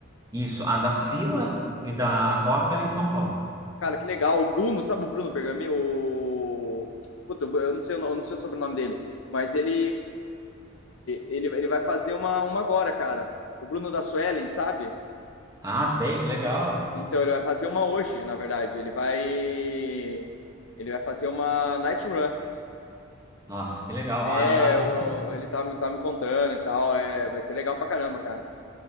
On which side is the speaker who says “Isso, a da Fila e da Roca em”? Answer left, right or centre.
Right